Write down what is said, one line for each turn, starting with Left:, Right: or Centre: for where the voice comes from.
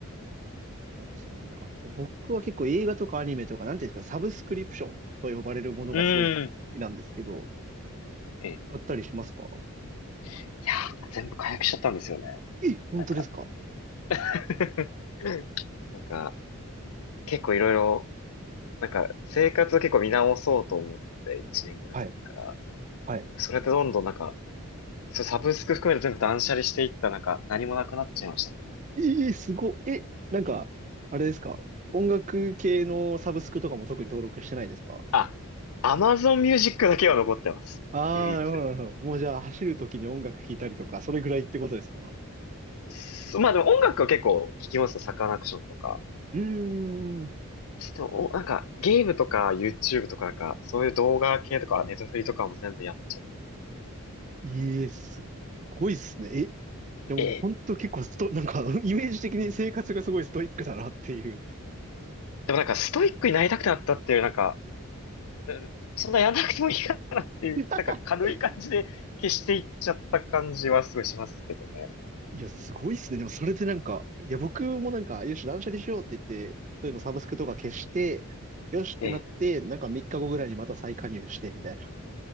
Right: そうですね。あと僕は結構映画とかアニメとか、なんていうんですか、サブスクリプションと呼ばれるものがすごい好きなんですけど、
Left: うん。ええ
Right: 買ったりしますか
Left: いやー、全部解約しちゃったんですよね。
Right: え、本当ですか
Left: なんか、<laughs> なんか、結構いろいろ、なんか、生活を結構見直そうと思って、1年ぐらい前から。
Right: はい。はい。
Left: それでどんどんなんか、それサブスク含めて全部断捨離していった、なんか、何もなくなっちゃいましたね。
Right: えー、すごい。え、なんか、あれですか音楽系のサブスクとかも特に登録してないですか
Left: あ、Amazon Music だけは残ってます。
Right: ああ、
Left: 唯一。
Right: なるほど、なるほど。もうじゃあ、走るときに音楽聴いたりとか、それぐらいってことですか
Left: そまあでも音楽は結構聞きますよ。サカナクションとか。
Right: うーん。
Left: でも、おなんか、ゲームとか YouTube とかなんか、そういう動画系とか、ネットフリとかも全部やめちゃっ
Right: いえ、すっごいっすね。え、でも本当結構スト、
Left: て。ええ
Right: なんか、<laughs> イメージ的に生活がすごいストイックだなっていう。
Left: でもなんか、ストイックになりたくなったっていう、なんか、うんそんなやんなくてもいいかなっていう、
Right: <laughs>
Left: <laughs> なんか軽い感じで消していっちゃった感じはすごいしますけどね。
Right: いや、すごいっすね。でもそれでなんか、いや、僕もなんか、よし、断捨離しようって言って、そういうのサブスクとか消して、よしってなって、
Left: ええ。
Right: なんか3日後ぐらいにまた再加入して、みたいな。